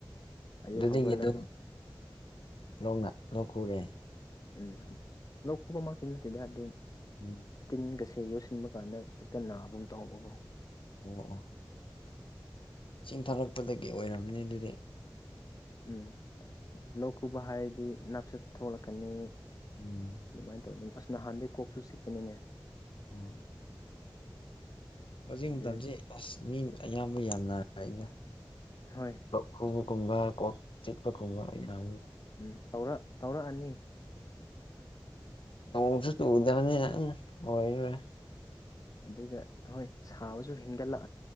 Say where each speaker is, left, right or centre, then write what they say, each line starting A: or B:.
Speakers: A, on the left; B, on the left.
A: ꯑꯌꯨꯛ
B: ꯑꯗꯨꯗꯤ
A: ꯍꯧꯒꯠꯂꯒ
B: ꯑꯗꯨ ꯂꯧꯣꯛꯅ ꯂꯧꯣꯛ ꯈꯨꯔꯦ
A: ꯎꯝ ꯂꯧꯣꯛ ꯈꯨꯕ ꯑꯃ ꯇꯤꯟ ꯅꯠꯇꯦꯗ ꯑꯗꯨ
B: ꯎꯝ
A: ꯇꯤꯟꯒꯁꯤ ꯁꯤꯦ ꯌꯣꯠꯁꯤꯟꯕ ꯀꯥꯟꯗ ꯍꯦꯛꯇ ꯅꯥꯕꯨꯝ ꯇꯧꯧꯕꯀꯣ
B: ꯑꯣ ꯆꯤꯡꯊꯔꯛꯄꯗꯒꯤ ꯑꯣꯏꯔꯝꯅꯤ ꯑꯗꯨꯗꯤ
A: ꯎꯝ ꯂꯧ ꯈꯨꯕ ꯍꯥꯏꯔꯗꯤ ꯅꯥꯞꯆꯠ ꯊꯣꯛꯂꯛꯀꯅꯤ
B: ꯎꯝ
A: ꯑꯗꯨꯃꯥꯏꯅ ꯇꯧꯅꯤ ꯑꯁ ꯅꯍꯥꯟꯗꯒꯤꯩ ꯀꯣꯛꯁꯨ ꯁꯤꯛꯄꯅꯤꯅꯦ
B: ꯎꯝ ꯍꯧꯖꯤꯛ
A: ꯑꯗꯨ
B: ꯃꯇꯝꯁꯤ ꯑꯁ ꯃꯤ ꯑꯌꯥꯝꯕ ꯌꯥꯝ ꯅꯥꯔ ꯑꯩꯅ
A: ꯍꯣꯏ
B: ꯈꯨꯕ ꯀꯨꯝꯕ ꯀꯣꯛ ꯆꯤꯛꯄꯒꯨꯝꯕ ꯌꯥꯝꯌꯥꯝ
A: ꯎꯝ ꯇꯧꯔꯛ ꯇꯧꯔꯛꯑꯅꯤ
B: ꯑꯣꯁꯨꯗꯅꯤ ꯋꯥꯦ
A: ꯑꯗꯨꯒ ꯍꯣꯏ ꯁꯥꯕꯁꯨ ꯍꯦꯟꯒꯠꯂꯛ